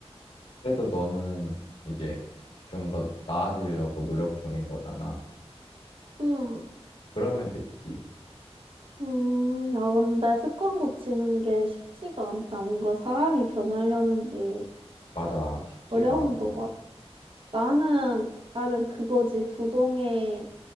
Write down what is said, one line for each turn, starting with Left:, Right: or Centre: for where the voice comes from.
Left: 그래도 너는 이제 좀 더 나아지려고 노력 중인 거잖아.
Right: 음,
Left: 그러면 됐지.
Right: 음, 나 근데 습관 고치는 게 쉽지가 않다. 뭔가 사람이 변하려는 게
Left: 맞아, 쉽지가
Right: 어려운
Left: 않아.
Right: 거 같아. 나는, 나는 그거지. 부동의